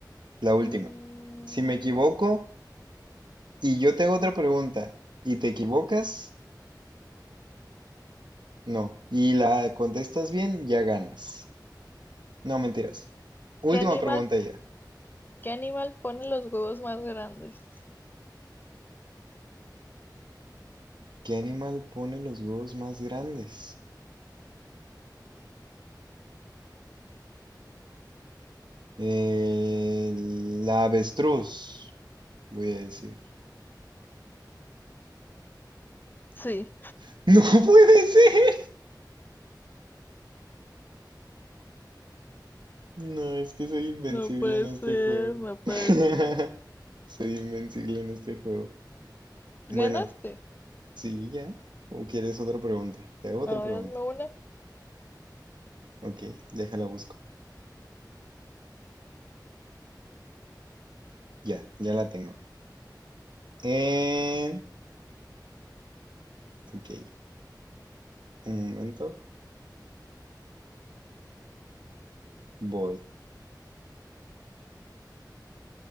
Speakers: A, on the right; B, on the left.
A: La última.
B: Mm,
A: Si me equivoco y yo te hago otra pregunta y te equivocas, no. Y la contestas bien, ya ganas. No, mentiras. Última
B: ¿qué animal,
A: pregunta ya.
B: qué animal pone los huevos más grandes?
A: ¿Qué animal pone los huevos más grandes? El- la avestruz, voy a decir.
B: Sí.
A: <laughs> ¡No puede ser! No, es que soy invencible
B: No puede
A: en este
B: ser,
A: juego.
B: no puede
A: <laughs>
B: ser.
A: Soy invencible en este juego. Bueno,
B: ¿Ganaste?
A: sí, ya. ¿O quieres otra pregunta? Te hago otra
B: A
A: pregunta.
B: ver, hazme una.
A: Ok, déjala busco. Ya, ya la tengo. Eh, ok, un momento. Voy.